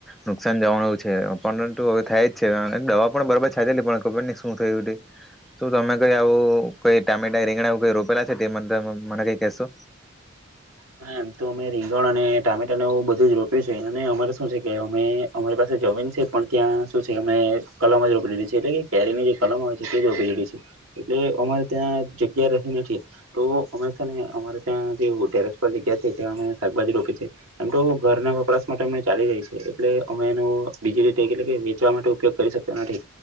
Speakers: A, in the centre; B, on the right (about 80°).
A: નુકસાન જવાનું છે, પરંતુ હવે થાય જ છે. દવા પણ બરાબર છાટેલી પણ ખબર નહીં શું થયું તે, શું તમે કઈ આવું કઈ ટામેટા, રીંગણા કઈ રોપેલા છે? તે મદદાં મને કઈ કહેશો.
B: હા, એમ તો અમે રીંગણ અને ટામેટા ને એવું બધું રોપ્યું છે અને અમારે શું છે, કે અમે અમારી પાસે જમીન છે, પણ ત્યાં શું છે, અમે કલમ જ રોપેલી છે, એટલે કે કેરી ની જે કલમ આવે છે તે જ રોપેલી છે. એટલે અમા ત્યાં જગ્યા રહી નથી. તો અમેશા ને અમારે ત્યાં જેવું અત્યારે પછી કે છે કે હમે શાકભાજી રોકે છે. એમ તો ઘરના વપરાશ માટે અમને ચાલી રહી છે, એટલે અમે એનો બીજી રીતે એટ કે વેચવા માટે ઉપયોગ કરી શકતા નથી.